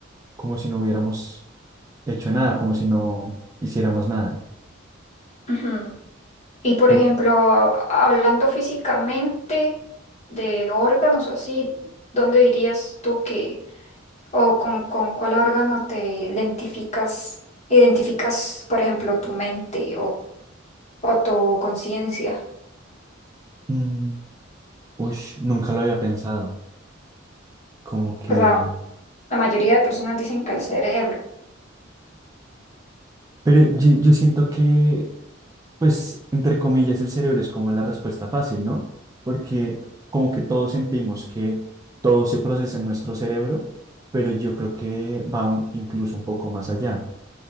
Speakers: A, on the right; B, on the left.
A: como si no hubiéramos hecho nada, como si no hiciéramos nada.
B: Ujú. Y por
A: Tú,
B: ejemplo,
A: qué-
B: hablando físicamente de órganos o así, ¿dónde dirías tú que, o con, con cuál órgano te identificas, identificas, por ejemplo, tu mente o, o tu conciencia?
A: mm, ush, nunca lo había pensado, como que...
B: Pues la, la mayoría de personas dicen que el cerebro.
A: Pero yo, yo siento que, pues, entre comillas, el cerebro es como la respuesta fácil, ¿no? Porque como que todos sentimos que todo se procesa en nuestro cerebro, pero yo creo que va un- incluso un poco más allá.